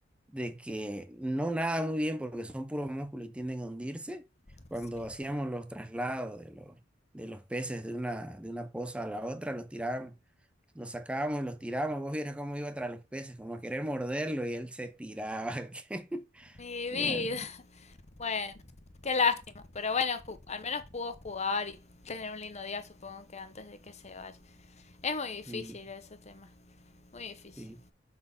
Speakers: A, in the centre; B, on the left.
A: de que no nada muy bien porque son puros músculos y tienden a hundirse,
B: sí.
A: cuando hacíamos los traslados de los, de los peces de una, de una poza a la otra, los tirábamos, los sacábamos y los tirábamos, vos vieras cómo iba tras los peces, como a querer morderlo y él se tiraba. <laughs>
B: Mi
A: Era-
B: vida. <laughs> Bueno, qué lástima. Pero bueno, ju- al menos pudo jugar y tener un lindo día, supongo que antes de que se vaya. Es muy difícil
A: y,
B: ese tema. Muy difícil.
A: y